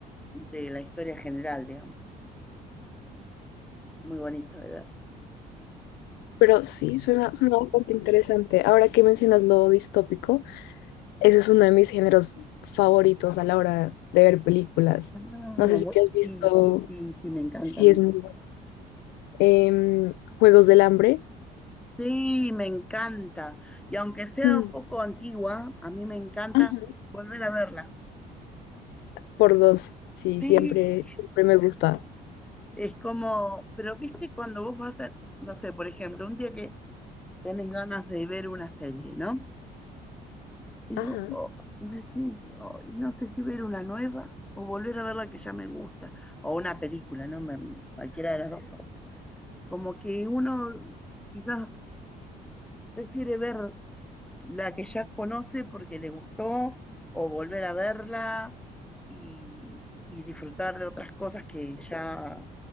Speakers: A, in the centre; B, on the left.
A: de la historia general, digamos. Muy bonita de ver.
B: Pero sí, suena, suena bastante interesante. Ahora que mencionas lo distópico, ese es uno de mis géneros favoritos a la hora de ver películas.
A: Ah,
B: No sé si
A: bu-
B: te has visto,
A: sí, sí, sí, sí, me encanta
B: sí
A: a mí.
B: es muy bueno. Em, Juegos del Hambre.
A: Sí, me encanta. Y aunque sea
B: Mm.
A: un poco antigua, a mí me encanta
B: Ajá.
A: volver a verla.
B: Por dos, sí,
A: Sí,
B: siempre, siempre me gusta.
A: es como, pero viste cuando vos vas a, no sé, por ejemplo, un día que tenés ganas de ver una serie, ¿no? Y
B: Ajá.
A: vos oh, decís, oh, y no sé si ver una nueva o volver a ver la que ya me gusta, o una película, ¿no? Me- cualquiera de las dos cosas. Como que uno quizás prefiere ver la que ya conoce porque le gustó, o volver a verla y, y disfrutar de otras cosas que ya,